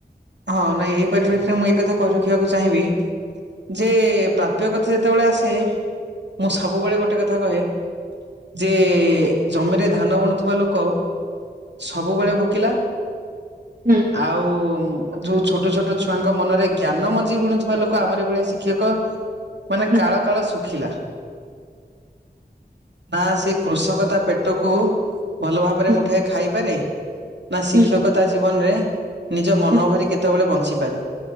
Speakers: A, on the right; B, on the right.
A: ହଁ ନାଇଁ ଏଇ ପରିପ୍ରେକ୍ଷୀରେ ମୁଁ ଏଇ କଥା କହି ରଖିବାକୁ ଚାହିଁବି ଯେ ପ୍ରାପ୍ୟ କଥା ଯେତବେଳେ ଆସେ ମୁଁ ସବୁବେଳେ ଗୋଟେ କଥା କହେ ଯେ ଜମିରେ ଧାନ ବୁଣୁଥୁବା ଲୋକ ସବୁବେଳେ ଭୋକିଲା
B: ହୁଁ
A: ଆଉ ଯୋଉ ଛୋଟ ଛୋଟ ଛୁଆଙ୍କ ମନରେ ଜ୍ଞାନ ମଞ୍ଜି ବୁଣୁଥୁବା ଲୋକ ଆମରି ଭଳିଆ ଶିକ୍ଷକ। ମାନେ
B: ହୁଁ
A: କାଳ କାଳ ଶୁଖିଲା। ନା ସେ କୃଷକ ତାପେଟକୁ ଭଲ ଭାବରେ
B: ହୁଁ
A: ମୁଠାଏ ଖାଇପାରେ ନା ଶିକ୍ଷକ
B: ହୁଁ
A: ତାଜୀବନରେ ନିଜ ମନଭରି
B: ହୁଁ
A: ବଞ୍ଚିପାରେ